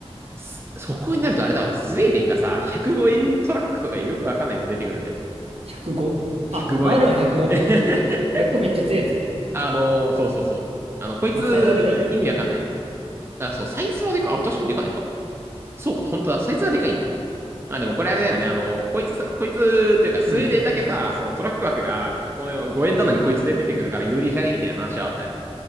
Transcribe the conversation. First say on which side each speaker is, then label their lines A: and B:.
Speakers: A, on the right; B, on the right.
A: すそこになるとあれだわ。スウェーデンがさ、105円トラックとかよくわかんないもん出てくるんだよ。
B: 105?
A: 105円。
B: あ、R は105。
A: <laughs>
B: 105めっちゃ強いやつね。
A: あのーそうそうそう。あの、こいつ、
B: まあ、サイズがでかいっていう。
A: 意味わかんない。あ、そう、サイズはでかい。あ、確かにでかいのか。そうか、本当だ。サイズはでかいんだ。あ、でもこれあれだよね。あの、こいつさ、こいつ、というか、スウェーデンだけさ、
B: うん。
A: そのトラック枠が、この5円なのにこいつで出てくるから有利じゃねみたいな話はあったね。